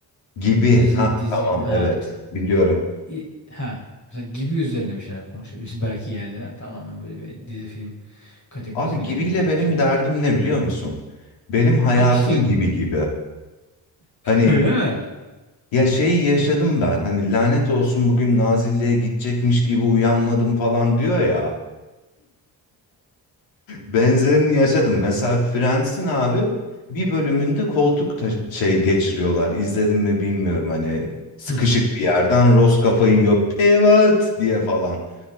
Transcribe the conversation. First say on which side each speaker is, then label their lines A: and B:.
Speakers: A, on the left; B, on the left.
A: Gibi.
B: Dizi
A: Ha
B: dizi.
A: tamam
B: Ha.
A: evet. Biliyorum.
B: İ- ha. Mesela Gibi üzerine bir şeyler konuşabiliriz <laughs> belki yani. Ha, Tamamen böyle bir dizi film kategorisine
A: Abi gibiyle
B: girebilecek
A: benim
B: bir şey.
A: derdim ne biliyor musun? Benim hayatım
B: Bak işte.
A: gibi gibi. Hani
B: Öyle mi?
A: ya şey yaşadım ben. Hani lanet olsun bugün Nazilli'ye gidecekmiş gibi uyanmadım falan diyor ya. Benzerini yaşadım. Mesela Friends'in abi bir bölümünde koltuk ta- şey geçiriyorlar. İzledim mi bilmiyorum hani sıkışık
B: Hı hı.
A: bir yerden Ross kafayı yiyor pivot diye falan.